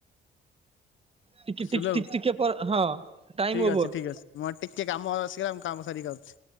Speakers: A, on the right; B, on the left.
A: ଟିକ୍
B: ସୁଲଭ
A: ଟିକ୍ ଟିକ୍ ଟିକେ ପରେ ହଁ ଟାଇମ
B: ଠିକ
A: ଓଭର।
B: ଅଛି ଠିକ ଅଛି ମୋର ଟିକେ କାମ ଆସିଗଲା ମୁଁ କାମ ସାରିକି ଆଉଛି।